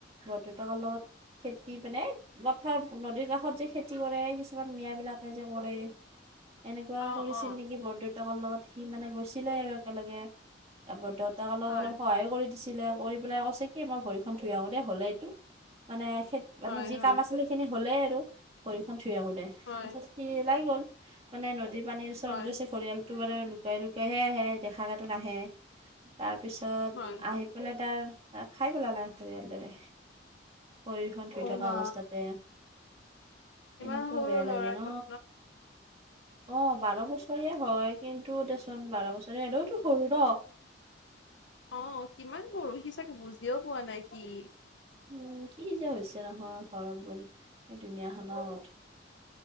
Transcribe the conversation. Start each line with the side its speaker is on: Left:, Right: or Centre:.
Right: বৰ দেউতাকৰ লগত খেতি পিনাই পথাৰ, নদীৰ কাষত যে খেতি কৰে, কিছুমান মিয়া বিলাকে যে কৰে। এনেকুৱা
Left: অ
Right: কৰিছিল
Left: অ
Right: নেকি বৰদেউতাকৰ লগত, সি মানে গৈছিলে আৰু একেলগে। বৰ দেউতাক লগত
Left: হয়।
Right: অলপ সহায়ো কৰি দিছিলে। কৰি পেলাই কৈছে কি, মই ভৰিখন থুই আহো দেই হ'লে এইটো, মানে খে, মানে
Left: হয়
Right: যি
Left: হয়
Right: কাম আছিল সিনি হ'লেই আৰু ভৰি খন ধোই আহো দে,
Left: হয়
Right: তাৰপিছত সি ওলাই গ'ল মানে নদীৰ পানীৰ ওচৰত
Left: হয়
Right: গৈছে ঘৰিয়ালতটো মানে লুকাই লুকাইহে আহে দেখা কেটো নাহে। তাৰপিছত
Left: হয়
Right: আহি বলে তাৰ খাই পেলালে ঘৰিয়ালটোৱে ভৰি খন ধুই
Left: অ
Right: থকা
Left: মা
Right: অৱস্থাতে
Left: ইমান
Right: এনেকুৱা
Left: সৰু
Right: বেয়া লাগে
Left: ল'ৰাটোক
Right: ন। অ', বাৰ বছৰীয়া হয়, কিন্তু দেচোন বাৰ বছৰ এনেও টো সৰু ন।
Left: অ', কিমান পৰহি চাগে বুজিও পোৱা নাই কি?
Right: উম, কি যে হৈছে নহয় ঘৰত, ব, এই দুুনীয়াখনত।